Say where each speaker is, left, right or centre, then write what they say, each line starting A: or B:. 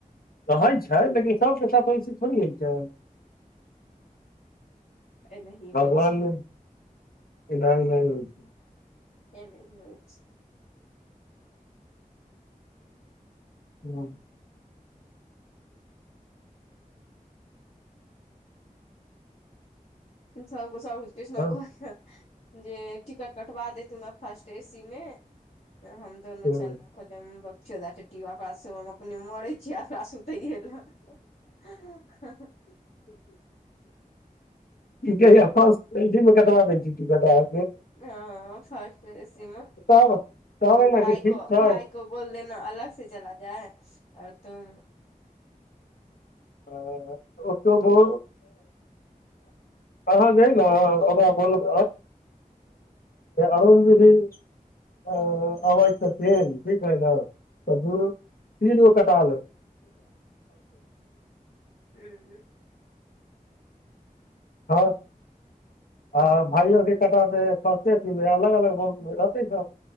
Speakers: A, on the left; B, on the left.
A: है छै लेकिन सभ केँ साथ ओसे थोड़ी है छै
B: <unintelligible> एनाही
A: भगवान
B: होइ छै
A: नहि नहि होई छै
B: एमे हो छै
A: ह
B: इन्सफ को सभ छै किछ नखा
A: हँ,
B: जे टिकट कटवा देतू मे फर्स्ट सी मे हम दोनू
A: सबके
B: चललहु कहलो ओकरा अपने मरे छीयैकरा सुतैए लऽ हा हा
A: कही मुकदमा दऽ
B: हैं फर्स्ट ऐसी मे
A: तब कहबै
B: भाय
A: ने कि ठीक
B: कऽ
A: छै
B: भाय को बोल देना अलग से चला जाय हैं आओ तुम
A: आ ओटोबो। अहाँ जे ने ओकरा बोलब अरुणजि अ आवाज छथि ठीकै नल नै तऽ तीर ओ कटाल
B: तऽ
A: ह आ भाइयो के कटा दे ससे अलग अलग ब रहतै सभ